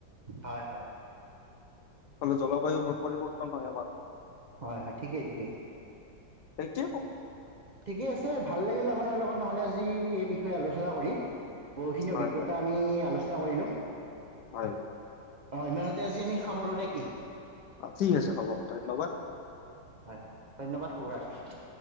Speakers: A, on the right (about 60°); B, on the left (about 70°).
A: হয় হয়।
B: ফলত জলবায়ু পৰিৱৰ্তন হয় আমাৰ।
A: হয় হয় ঠিকেই ঠিকেই।
B: সেইটোৱে কম
A: ঠিকে আছে ভাল লাগিল আপোনাৰ লগত নহ'লে আজি এই বিষয়ে আলোচনা কৰি বহুখিনি
B: হয়
A: অভিজ্ঞতা
B: হয়
A: আমি আলোচনা কৰিলো।
B: হয়।
A: অঁক্ষ ইমানতে আজি আমি সামৰোঁ নে কি
B: অ, ঠিক আছে হ'ব ধন্যবাদ।
A: হয়, ধন্যবাদ শুভৰাটি।